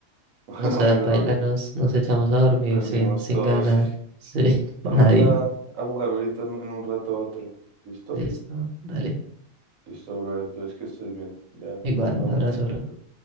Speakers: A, on the right; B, on the right.
A: <laughs>
B: No
A: Bueno,
B: sé,
A: mi
B: paila,
A: brother,
B: nos, nos echamos a dormir
A: perdimos
B: sin, sin
A: todo,
B: ganar.
A: sí. <laughs>
B: Sí, <laughs>
A: Vamos
B: nadie.
A: a, a jugar ahorita en, en un rato a otro. ¿Listo?
B: Listo, dale.
A: Listo, brother. Entonces que estés bien. Ya,
B: Igual,
A: ya jugamos.
B: un abrazo,
A: ¿no?
B: bro.